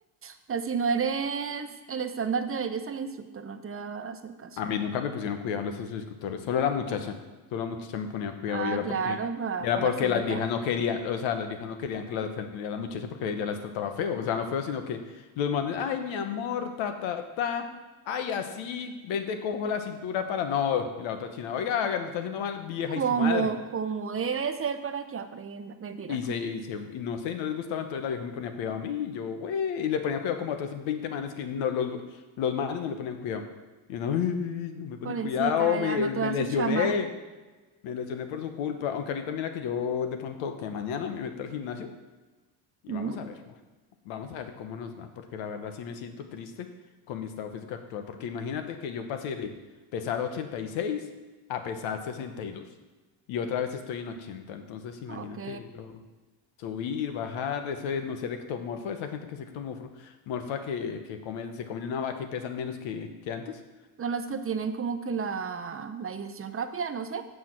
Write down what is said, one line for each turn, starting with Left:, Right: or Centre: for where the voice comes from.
Right: O sea, si no eres el estándar de belleza, el instructor no te va a hacer caso.
Left: A mí nunca me pusieron cuidado los esos instructores, solo la muchacha. Solo la muchacha me ponía cuidado
Right: Ah,
Left: y era
Right: claro,
Left: porque, y era
Right: para
Left: porque
Right: la cenita.
Left: las viejas no querían, o sea, las viejas no querían que la atendiera la muchacha porque ella las trataba feo. O sea, no feo, sino que los manes, ay, mi amor, ta, ta, ta. Ay, así, ven, te cojo la cintura para no. Y la otra china, oiga, lo está haciendo mal, vieja
Right: Como,
Left: y su madre.
Right: como debe ser para que aprenda. Mentira,
Left: Y
Right: no.
Left: se, y se, y no sé, y no les gustaba, entonces la vieja me ponía cuidado a mí, y yo, güey, y le ponía cuidado como a otros 20 manes que no, los, los manes no le ponían cuidado. Y uno, "Ay, no me ponen
Right: Pobrecita,
Left: cuidado,
Right: ya
Left: me,
Right: no toda
Left: me lesioné,
Right: su chamba.
Left: me lesioné por su culpa. Aunque ahorita mira que yo de pronto, que mañana me meto al gimnasio y
Right: ¿Mm?
Left: vamos a ver, mo- vamos a ver cómo nos va, porque la verdad sí me siento triste con mi estado físico actual, porque imagínate que yo pasé de pesar 86 a pesar sesenta y dos y otra vez estoy en 80 entonces imagínate
Right: Ok.
Left: eso. Subir, bajar, eso es no ser ectomorfo, esa gente que es ectomorfo morfa que, que come, se comen una vaca y pesan menos que, que antes.
Right: Son las que tienen como que la, la digestión rápida, no sé.